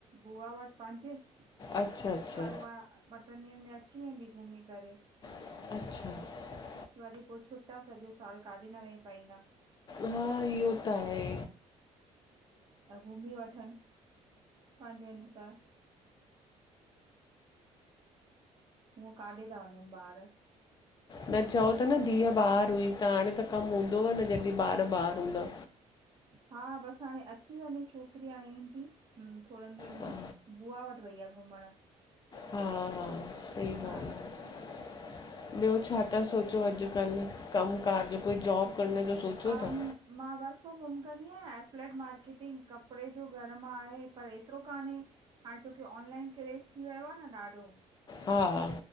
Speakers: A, on the right; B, on the left.
A: बुआ वट पंहिंजे। हाणे
B: अच्छा अच्छा
A: उहा ॿ टे ॾींहंनि में अची वेंदी घुमी करे।
B: <unintelligible>
A: वरी पोइ छुटा सॼो साल काॾे न वेही पाईंदा।
B: हा इो त आहे।
A: <unintelligible> घुमी वठनि पंहिंजे अनुसार हूअ काॾे था वञनि, ॿार?
B: न चओ त न, धीअउ ॿार हुई त हाणे त कमु हूंदोव न जॾहिं ॿार ॿार हूंदा।
A: हा, बसि हाणे अची वञे छोकिरी, हाणे ईंदी थोरनि ॾींहंनि
B: हा
A: में बुवा वटि वई आए घुमण
B: हम्म हम्म सही
A: हा
B: ॻाल्हि आ ॿियो छा ता सोचो अॼुकल कमु कार जो कोई जॉब? करण जो सोचो
A: कम
B: था
A: मां वर्क फ्रोम होम कदी आहिे फ्लैट मार्केटिंग, कपडे जो घर मां आहे, पर एतरो काने, हाणे छो की <unintelligible> <unintelligible> <unintelligible> लाइन क्रेस थी वियो आहे न ॾाढो?
B: हम्म